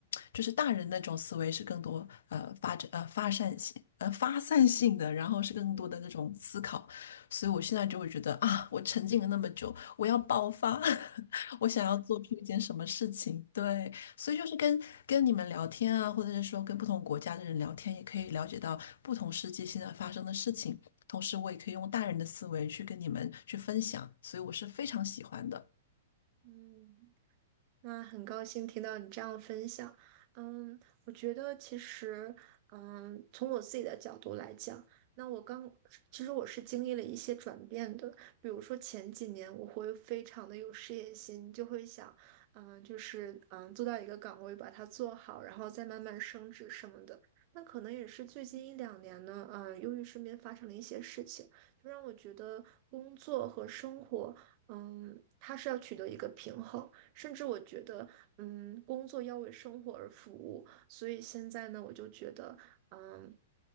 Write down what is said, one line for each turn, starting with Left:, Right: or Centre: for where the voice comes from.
Left: 就是大人那种思维是更多呃发展呃发散性呃发散性的，然后是更多的那种思考，
Right: 嗯
Left: 所以我现在就会觉得啊，我沉浸了那么久，我要爆发，<laughs> 我想要做出一件什么事情，对。所以就是跟跟你们聊天啊，或者是说跟不同国家的人聊天，也可以了解到不同世界现在发生的事情。同时，我也可以用大人的思维去跟你们去分享，所以我是非常喜欢的。
Right: 嗯。那很高兴听到你这样的分享。嗯，我觉得其实，嗯，从我自己的角度来讲，那我刚，其实我是经历了一些转变的。比如说前几年，我会非常的有事业心，就会想，嗯，就是嗯，做到一个岗位，把它做好，然后再慢慢升职什么的。那可能也是最近一两年呢，嗯，由于身边发生了一些事情，就让我觉得工作和生活，嗯，它是要取得一个平衡。甚至我觉得，嗯，工作要为生活而服务，所以现在呢，我就觉得，嗯，